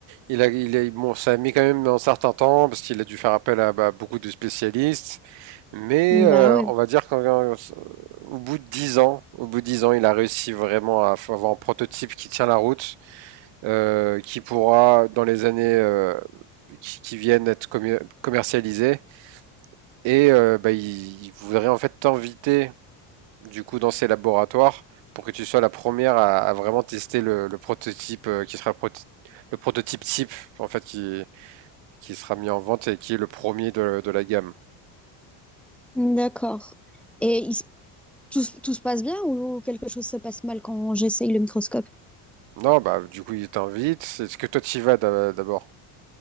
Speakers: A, on the right; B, in the centre.
A: il a, il a- bon, ça a mis quand même un certain temps parce qu'il a dû faire appel à bah, beaucoup de spécialistes. Mais
B: Bah
A: euh,
B: ouais,
A: on va dire qu'au bout de 10 ans, au bout de 10 ans, il a réussi vraiment à avoir un prototype qui tient la route euh, qui pourra dans les années euh, qui, qui viennent être commer- commercialisées. Et euh, bah, ils, ils voudraient en fait t'inviter du coup dans ces laboratoires pour que tu sois la première à, à vraiment tester le, le prototype euh, qui sera pro- le prototype type en fait qui, qui sera mis en vente et qui est le premier de, de la gamme.
B: d'accord. Et il s- tout, s- tout se passe bien ou quelque chose se passe mal quand j'essaye le microscope?
A: Non, bah du coup il t'invite. Est-ce que toi tu y vas d'abord?